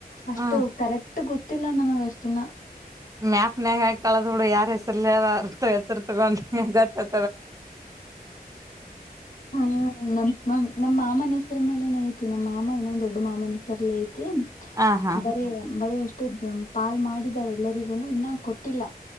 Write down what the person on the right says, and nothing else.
ಹಾ
ಮ್ಯಾಕ್ನ್ಯಾಗ ಕಳದ ಹುಡು ಯಾರ ಹೆಸರ್ ಎತ್ತರ್ ತಗೊಂಡ ಗತ್ತ
ಹ ಹಾ